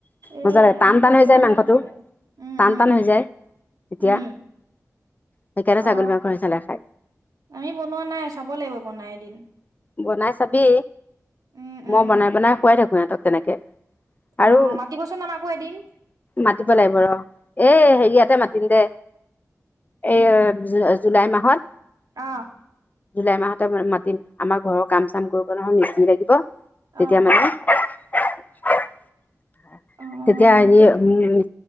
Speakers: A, on the right (about 85°); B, on the left (about 30°).
A: এই
B: মজা লাগে
A: আমি
B: টান টান
A: খৈ
B: হৈ
A: পোৱা
B: যায় মাংসটো
A: নাই তেনেকে উম
B: টান
A: উম
B: টান হৈ যায়। তেতিয়া।
A: উম
B: সেইকাৰণে ছাগলী
A: অ
B: মাংস নিচিনা লাগে খাই
A: আহমি বনোৱা নাই চাব লাগিব বনাই এদিন।
B: বনাই চাবি
A: উম উম
B: মই বনাই বনাই খোৱাই থাকো ইিহঁতক তেনেকে। আৰু
A: অ মাতিবচোন আমাকো এদিন
B: মাতিব লাগিব ৰ। এই হেৰিয়াতে মাতিম দে এই জুলাই মাহত।
A: আহ
B: ডেৰ মাহতে মাতিম আমাৰ ঘৰৰ কাম চাম কৰিব নহয় মিচিনি লাগিব?
A: অ
B: তেতিয়া মানে তেতিয়া
A: অ অ
B: হেৰি
A: তেতিয়া
B: উ।